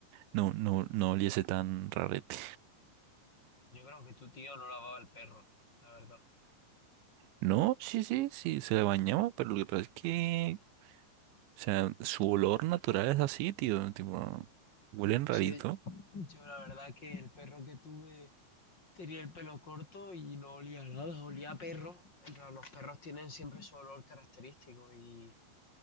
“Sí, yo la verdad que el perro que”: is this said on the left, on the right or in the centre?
Left